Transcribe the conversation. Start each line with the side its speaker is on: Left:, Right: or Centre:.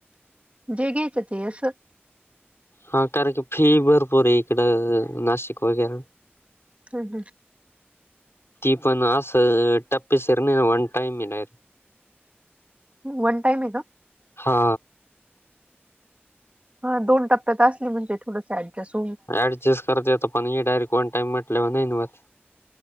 Right: जे घयेत तेस
Left: हा कारण की फी भरपूर आहे इकडं नाशिक वगैरे
Right: हम हम
Left: दीपण आस टपसरन वन टाइम इलाय
Right: वन टईम आहे
Left: हा
Right: हा दोन टप्प्यात असली म्हणजे थोड सस
Left: ऍडजस्ट करतेेतो पण डायरेक्ट वन टाइम म्हटल्यावर नाही वात